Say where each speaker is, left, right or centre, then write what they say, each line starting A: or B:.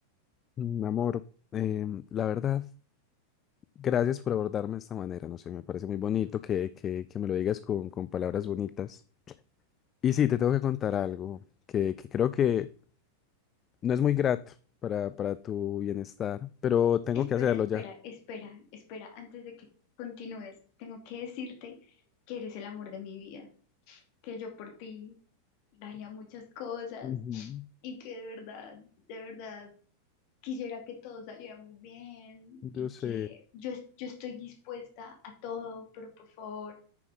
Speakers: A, on the left; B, on the left.
A: Mm, Amor, em, la verdad, gracias por abordarme de esta manera. No sé, me parece muy bonito que, que, que me lo digas con, con palabras bonitas. Y sí, te tengo que contar algo que, que creo que no es muy grato para, para tu bienestar, pero tengo
B: Espera,
A: que hacerlo
B: espera,
A: ya.
B: espera, espera, antes de que continúes, tengo que decirte que eres el amor de mi vida, que yo por ti daría muchas cosas
A: Ujú.
B: y que de verdad, de verdad, quisiera que todo saliera muy bien
A: Yo
B: y
A: sé,
B: que yo, es- yo estoy dispuesta a todo, pero por favor,